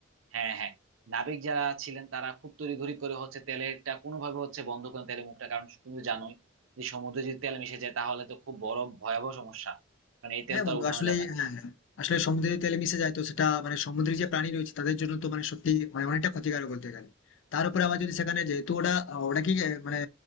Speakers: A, on the right; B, on the left.
A: হ্যাঁ হ্যাঁ নাবিক যারা ছিলেন তারা খুব তড়িঘড়ি করে হচ্ছে তেলটা কোনোভাবে হচ্ছে বন্ধ করেন তেলের মুখটা কারণ তুমি তো জানোই যে সমুদ্রে যদি তেল মিশে যায় তাহলে তো খুব বড় ভয়াবহ সমস্যা কারণ এই তেল
B: হ্যাঁ
A: তো
B: বন্ধু
A: আর উঠানো
B: আসলে
A: যাবে না
B: হ্যাঁ আসলে সমুদ্রের তেলে মিশে যায় তো সেটা মানে সমুদ্রের যে প্রাণী রয়েছে তাদের জন্য তো মানে সত্যি মানে অনেকটা ক্ষতিকারক বলতে গেলে তার উপরে আবার যদি সেখানে যেহেতু ওটা ওটা কি আহ, মানে